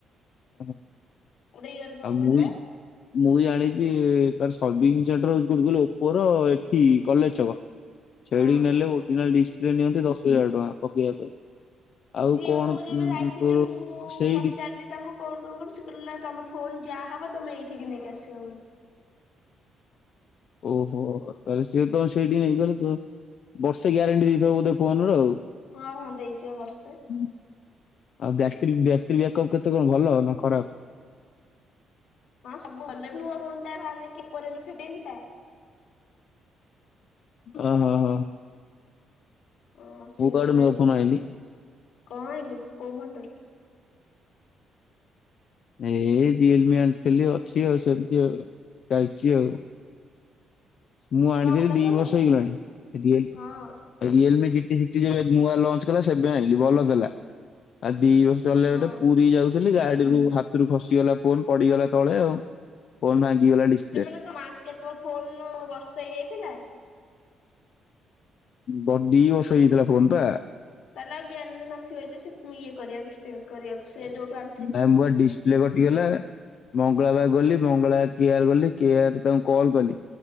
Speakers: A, on the left; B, on the left.
A: ଓହୋ,
B: ଗୋଟେ ଇୟରବୋଡ
A: ଆଉ ମୁଇ
B: ଦେଲେ
A: ମୁଁ ଜାଣିଚି ତାର ସର୍ଭିସିଂ ସେଣ୍ଟର ହଉଚି କୋଉଠି କହିଲ ଓପୋର ଏଠି କଲେଜ୍ ଛକ। ସେଇଠିକି
B: ହଁ
A: ନେଲେ ଓରିଜିନାଲ ଡିସପ୍ଲେ ନିଅନ୍ତି ଦଶ ହଜାର ଟଙ୍କା ପକେଇବା ପାଇଁ। ଆଉ
B: ସିଏ
A: କଣ
B: ମୁଁ
A: ଉଁ,
B: ଯେବେ ଯାଇଥିଲି
A: ତୋର
B: ମୁଁ
A: ହଁ ସେଇଠି
B: ପଚାରିଲି ତାଙ୍କୁ କଲ୍ କଲୁ ସେ କହିଲେ ତମ ଫୋନ ଯାହା ହବ ତମେ ଏଇଠିକି ନେଇକି ଆସିବ ବୋଲି।
A: ଓହୋ! ତାଲେ ସିଏ ତ ସେଡି ନେଇକି ଗଲେ ତ ବର୍ଷେ ଗ୍ୟାରେଣ୍ଟି ଦେଇଥିବ ବୋଧେ ଫୋନ ର ଆଉ?
B: ହଁ, ହଁ, ଦେଇଯିବା ବର୍ଷେ।
A: ଆଉ, ବ୍ୟାଟରୀ, ବ୍ୟାଟେରୀ ବ୍ୟାକଅପ୍ କେତେ କଣ ଭଲ ନା ଖରାପ?
B: ହଁ ସବୁ ଭଲେ ବି ନୁହଁ <unintelligible> ଟା।
A: ଅ ହ ହ।
B: ଅଁ ସେଇଠୁ
A: ଗୋଟେ
B: ଯାଇକିନି।
A: ନୂଆ ଫୋନ ଆଣିଲି
B: କଣ ଆଇଲୁ କୋଉ ମଡେଲ୍।
A: ଏଇ ରିଏଲ ମି ଆଣିଥିଲି ଅଛି ଆଉ, ସେମିତି ଆଉ ଚାଲିଛି ଆଉ। ମୁଁ ଆଣିଥିଲି
B: କଣ ଭଲ
A: ଦି
B: ଫୋନ
A: ବର୍ଷ
B: ଟା
A: ହେଇଗଲାଣି ସେ <unintelligible>
B: ହଁ
A: ଏ ରିଏଲମି ଜିଟି ସିକ୍ସଟି ଯେବେ ନୂଆ ଲଞ୍ଚ କଲା ସେବେ ଆଣିଲି ଭଲ ଥିଲା। ଆଉ ଦି ବର୍ଷ ଚଲିଲା ଗୋଟେ
B: ହଁ
A: ପୁରୀ ଯାଉଥିଲି ଗାଡିରୁୁ ହାତରୁ ଖସିଗଲା ଫୋନ୍ ପଡିଗଲା ତଳେ ଆଉ। ଫୋନ୍ ଭାଙ୍ଗିଗଲା ଡିସପ୍ଲେ।
B: ଏ ସ ମାକେ ତମ ଫୋନ ବର୍ଷା ହେଇଯାଇଥିଲା।
A: ବ ଦି ବର୍ଷ ହେଇଥିଲା ଯା ଫୋନ ପା।
B: ତାହେଲେ ଆଉ ଗ୍ୟାରେଣ୍ଟି ନଥିବ ଯେ ସେ ଇଏ କରିବାକୁ କିସେଞ୍ଜ କରିବାକୁ। ସେ ଯଉଠୁ ଆ
A: <unintelligible> ଡିସ ପିଲେ କଟିଗଲା ମଙ୍ଗଳାବାର ଗଲି ମଙ୍ଗଳାବାର କେ ଆର ଗଲି କେ ଆର ତାଙ୍କୁ କଲ କଲି।